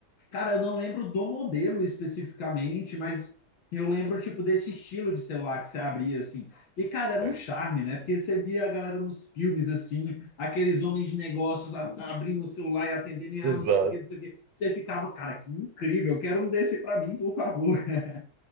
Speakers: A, on the left; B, on the right.
A: Cara, eu não lembro do modelo especificamente, mas eu lembro, tipo, desse estilo de celular que você abria, assim. E, cara, era
B: É.
A: um charme, né? Porque você via a galera nos filmes, assim, aqueles homens de negócios a- abrindo o celular e atendendo, e ah,
B: <laughs> Exato.
A: não sei o quê, não sei o quê. Você ficava, cara, que incrível, eu quero um desse pra mim, por favor. <laughs>